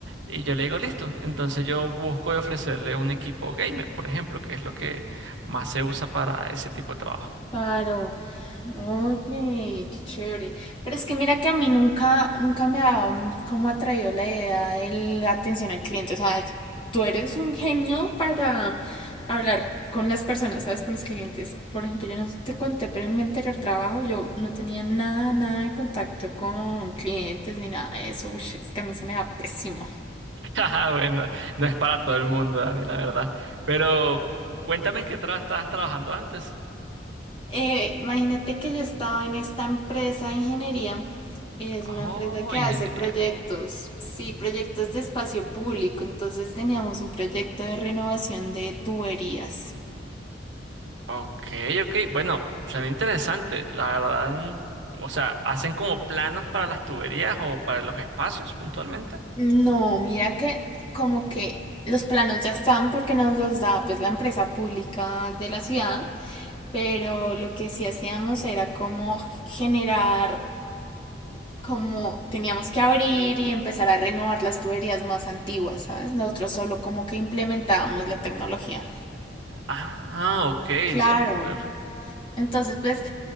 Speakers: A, on the right; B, on the left.
A: y yo le digo, listo, entonces yo busco y ofrecerle un equipo gamer, por ejemplo, que es lo que más se usa para ese tipo de trabajo.
B: Claro. Oye, qué chévere. Pero es que mira que a mí nunca, nunca me ha mm, como atraído la idea de la atención al cliente. O sea, es- tú eres un genio para hablar con las personas, ¿sabes? Con los clientes. Por ejemplo, yo no sé si te conté, pero en mi anterior trabajo yo no tenía nada, nada de contacto con clientes ni nada de eso. Ush, es que a mí se me da pésimo.
A: <laughs> Ajá, Bueno, no es para todo el mundo, Dani, la verdad. Pero cuéntame en qué tra- estabas trabajando antes.
B: Eh, imagínate que yo estaba en esta empresa de ingeniería. Es
A: Oh,
B: una empresa que
A: ingeniería.
B: hace proyectos, sí, proyectos de espacio público. Entonces teníamos un proyecto de renovación de tuberías.
A: Ok, ok. Bueno, suena interesante. La verdad, mm, o sea, ¿hacen como planos para las tuberías o para los espacios puntualmente?
B: No, mira que como que los planos ya están porque nos los da pues la empresa pública de la ciudad, pero lo que sí hacíamos era como generar como teníamos que abrir y empezar a renovar las tuberías más antiguas, ¿sabes? Nosotros solo como que implementábamos la tecnología.
A: Ah, ok,
B: Claro.
A: súper.
B: Entonces, pues,